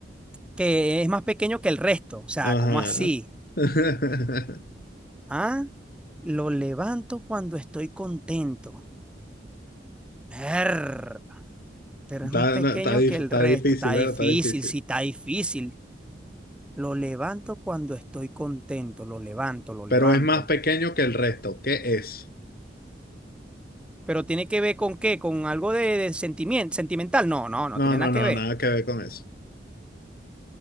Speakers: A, in the centre; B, on the left.
A: que es más pequeño que el resto. O sea,
B: Ajá.
A: ¿cómo así?
B: <laughs>
A: Ah, lo levanto cuando estoy contento. Err, pero
B: Está,
A: es más pequeño
B: no, está dif-
A: que el
B: está
A: resto.
B: difícil,
A: Está
B: ¿verdad?
A: difícil,
B: Está difícil.
A: sí, está difícil. Lo levanto cuando estoy contento. Lo levanto, lo
B: Pero
A: levanto.
B: es más pequeño que el resto. ¿Qué es?
A: Pero tiene que ver con qué, con algo de, de sentimiento, sentimental. No, no, no
B: No,
A: tiene
B: no,
A: nada que
B: no,
A: ver.
B: nada que ver con eso.